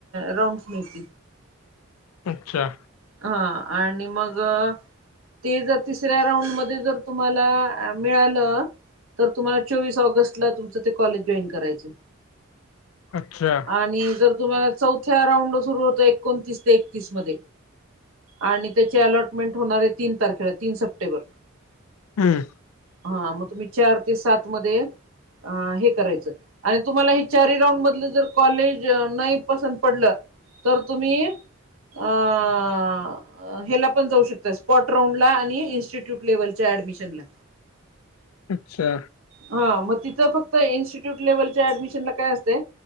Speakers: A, on the right (about 80°); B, on the left (about 80°).
A: राऊंडस मिळतील.
B: अच्छा.
A: हा. आणि मग- ते जर तिसऱ्या राऊंडमध्ये जर तुम्हाला मिळालं- तर तुम्हाला चोवीस ऑगस्ट ला तुमचं ते कॉलेज जॉईन करायचय.
B: अच्छा.
A: आणि जर तुम्हाला चौथ्या राऊंडला सुरू होत एकोणतीस ते एकतीस मध्ये- आणि त्याची अलॉटमेंट होणारे तीन तारखेला. तीन सप्टेंबर.
B: हम्म.
A: हा. मग तुम्ही चार ते सात मध्ये अ हे करायचं. आणि- तुम्हाला हे चारी राऊंड मधले जर कॉलेज नाही पसंत पडलं. तर तुम्ही- अ- अ -हेला पण जाऊ शकताय. स्पॉट राउंडला आणि इन्स्टिट्यूट लेव्हलच्या ऍडमिशनला.
B: अच्छा.
A: हा मग तिथं फक्त इन्स्टिट्यूट लेव्हलच्या ऍडमिशन ला काय असतय?